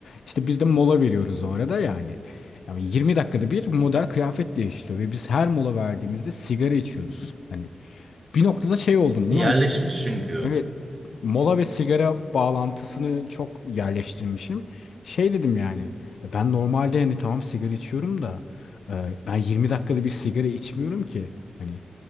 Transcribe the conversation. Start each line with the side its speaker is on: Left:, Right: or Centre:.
Left: İşte biz de mola veriyoruz o arada yani. Yani 20 dakikada bir model kıyafet değiştiriyor ve biz her mola verdiğimizde sigara içiyoruz. Hani bir noktada şey oldum.
Right: İşte
Left: Ulan
Right: yerleşmiş çünkü.
Left: Evet, mola ve sigara bağlantısını çok yerleştirmişim. Şey dedim yani, e, ben normalde hani tamam sigara içiyorum da e, ben 20 dakikada bir sigara içmiyorum ki. Hani